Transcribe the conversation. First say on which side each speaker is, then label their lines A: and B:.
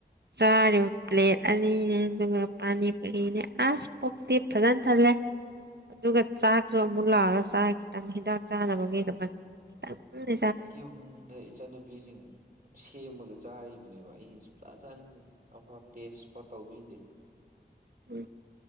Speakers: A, on the right; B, on the right.
A: ꯆꯥꯔꯤꯕ ꯄ꯭ꯂꯦꯠ ꯑꯅꯤꯅꯦ ꯑꯗꯨꯒ ꯄꯥꯅꯤꯄꯨꯔꯤꯅꯦ ꯑꯁ ꯄꯨꯛꯇꯤ ꯐꯖꯅ ꯊꯜꯂꯦ
B: <inaudible>
A: ꯑꯗꯨꯒ ꯆꯥꯛꯁꯨ ꯑꯃꯨꯛ ꯂꯥꯛꯑꯒ ꯆꯥꯏ ꯈꯤꯇꯪ ꯍꯤꯗꯥꯛ ꯆꯥꯅꯕꯒꯤꯗ ꯈꯤꯇꯪ ꯈꯤꯇꯪꯅ‌ꯦ
B: ꯌꯨꯝꯗ ꯏꯆꯟꯅꯨꯄꯤꯁꯤꯡ ꯁꯦꯝꯃꯒ ꯆꯥꯔꯤꯕꯅꯦꯕ ꯑꯩ ꯁꯨꯡꯆꯥ ꯆꯥꯅꯤꯡꯗꯦ ꯑꯃ ꯇꯦꯁꯐꯛ ꯇꯧꯕꯤꯗꯦ
A: ꯎꯝ